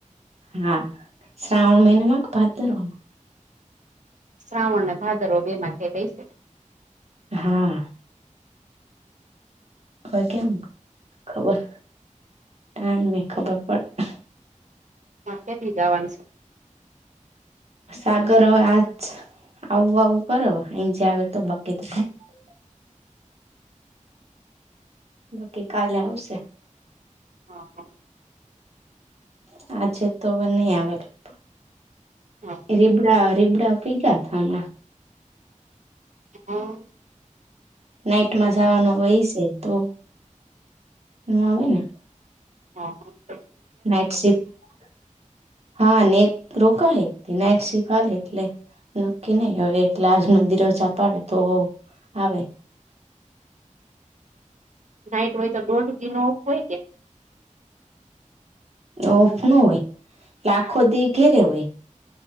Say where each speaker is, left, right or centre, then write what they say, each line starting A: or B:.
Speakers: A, on the right (about 50°); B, on the right (about 65°).
A: હા શ્રાવણ મહિનામાં ભાતરવાનું
B: શ્રાવણ ના ભાદરો બેમાંથી થઈ શ
A: હા હવે કેમ ખબર કઈ નને ખબર પડે
B: કે બી જાવાનું
A: સાગર હવે આજ આવું આવું કર એ જ આવે તો બાકી તો બાકી કાલે આવશે
B: હા હા
A: હ આજે તોવ ન આવેલપ
B: હ હ
A: રીબડા રીબડા પી ગયા હમણાં
B: હા
A: નાઈટ માં જવાનો હોય છે તો એું આવે ને
B: હા હ
A: નાઈટ શિફ્ટ હા એક રોક એકથી નાઈટ શિફ્ટ આવેા એટલે નક્કી નહી હવે એટલા નંદિરજા પાડે તો આવે
B: નાઈટ હોય તો દોઢધનો ઓફ હોય કે
A: ઓફ નો હોય લાખો દી ઘેરે હોય